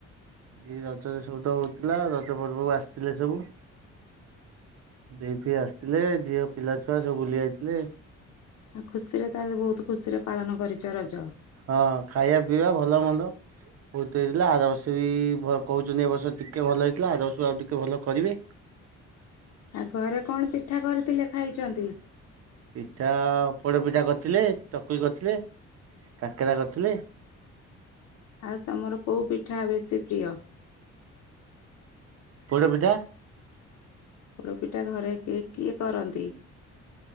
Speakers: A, on the right; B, on the left.
A: ଏଇ ରଜରେ ସବୁ ତ ହଉଥିଲା ରଜ ପର୍ବକୁ ଆସିଥିଲେ ସବୁ। ଦେଇ ଫି ଆସିଥିଲେ ଝିଅ ପିଲା ଛୁଆ ସବୁ ବୁଲି ଆଇ ଥିଲେ।
B: ଆ ଖୁସିରେ ତାହେଲେ ବହୁତ ଖୁସିରେ ପାଳନ କରିଚ ରଜ।
A: ହଁ ଖାଇବା ପିଇବା ଭଲ ମନ୍ଦ। ବହୁତ ହେଇଥିଲା ଆର ବର୍ଷ ବି ଭ କହୁଛନ୍ତି ଏ ବର୍ଷ ଟିକେ ଭଲ ହେଇଥିଲା ଆର ବର୍ଷ ଆଉ ଟିକେ ଭଲ କରିବେ।
B: ଆଉ ଘରେ କଣ ପିଠା କରିଥିଲେ ଖାଇଚନ୍ତି?
A: ପିଠା ପୋଡ଼ ପିଠା କରିଥିଲେ ଚକୁଳି କରିଥିଲେ କାକେରା କରିଥିଲେ।
B: ଆଉ ତମର କୋଉ ପିଠା ବେଶୀ ପ୍ରିୟ?
A: ପଇଡ ପିଠା।
B: ପୋଡ଼ ପିଠା ଘରେ କିଏ କିଏ କରନ୍ତି?